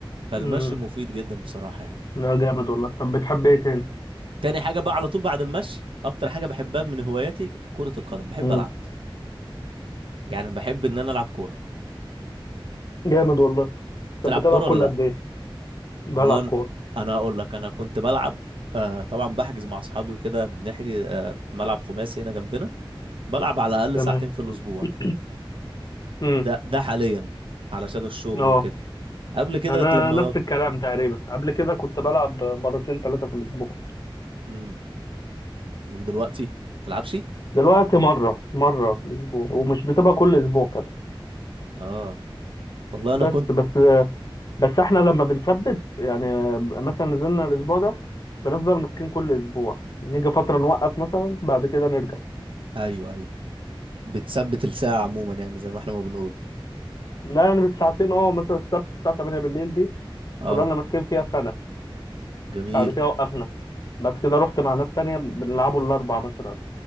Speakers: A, on the right; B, on the left.
A: فالمشي
B: امم
A: مفيد جدا بصراحه يعني
B: لا جامد والله طب بتحب ايه تاني
A: تاني حاجه بقى على طول بعد المشي اكتر حاجه بحبها من هواياتي كره القدم بحب
B: امم
A: العب يعني بحب ان انا العب كوره
B: جامد والله
A: بتلعب
B: طب بتلعب
A: كوره
B: كل
A: ولا لا
B: قد ايه بلعب
A: والله
B: كورة
A: أن- انا هقول لك انا كنت بلعب آه طبعا بحجز مع اصحابي وكده بنحجز آه في ملعب خماسي هنا جنبنا بلعب على الاقل
B: تمام
A: ساعتين في الاسبوع
B: <clears throat> امم
A: ده ده حاليا علشان الشغل
B: اه
A: وكده قبل كده
B: انا
A: لما
B: نفس الكلام تقريبا قبل كده كنت بلعب مرتين ثلاثة في الاسبوع
A: امم ودلوقتي تلعبش
B: دلوقتي مرة مرة في الأسبوع ومش بتبقى كل أسبوع كده
A: اه والله
B: بس
A: انا كنت
B: بس بس احنا لما بنثبت يعني مثلا نزلنا الأسبوع ده بنفضل ماسكين كل أسبوع نيجي فترة نوقف مثلا بعد كده نرجع
A: ايوه ايوه بتثبت الساعه عموما يعني زي ما احنا ما بنقول
B: لا يعني بالساعتين اه مثلا السبت الساعة 8 بالليل دي
A: اه
B: فضلنا ماسكين فيها سنة
A: جميل
B: بعد كده وقفنا بعد كده رحت مع ناس تانية بنلعبوا الأربع مثلا